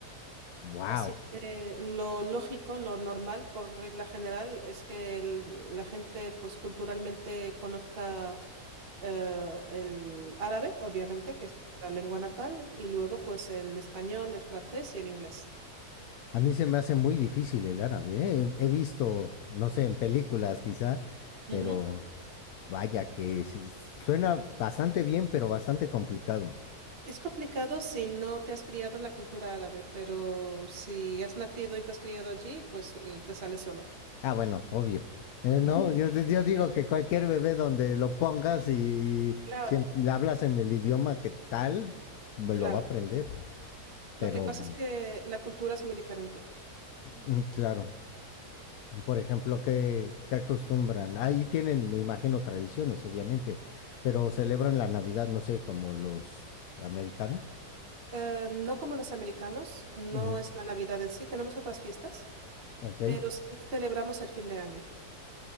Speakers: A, on the left; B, on the right.
A: Wow.
B: Así que lo lógico, lo normal, por regla general, es que el- la gente, pues culturalmente conozca eh, el árabe, obviamente, que es la lengua natal, y luego, pues el español, el francés y el inglés.
A: A mí se me hace muy difícil el árabe, ¿eh? He he visto, no sé, en películas quizá, pero
B: Ujú.
A: vaya que sí- suena bastante bien, pero bastante complicado.
B: Es complicado si no te has criado en la cultura árabe, pero si has nacido y te has criado allí, pues mm, te sale solo.
A: Ah, bueno, obvio. Eh, no,
B: <laughs>
A: yo, yo digo
B: Sí.
A: que cualquier bebé donde lo pongas y
B: Claro,
A: si em- le hablas en el idioma que tal, me
B: claro.
A: lo va a aprender. Pero,
B: Lo que pasa es que la cultura es muy diferente
A: mm, claro. Por ejemplo, ¿qué, qué acostumbran? Ahí tienen, me imagino, tradiciones, obviamente, pero celebran la Navidad, no sé, como los americanos.
B: Eh, no como los americanos, no
A: Ujú,
B: es la Navidad en sí, tenemos otras fiestas,
A: Ok.
B: pero sí celebramos el fin de año.